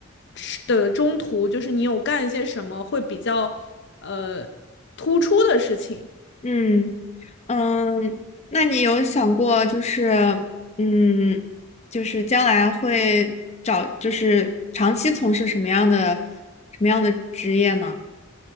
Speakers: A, on the left; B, on the left.
A: 是的中途，就是你有干一些什么会比较呃突出的事情。
B: 嗯嗯，那你有想过就是嗯，就是将来会找就是长期从事什么样的什么样的职业呢？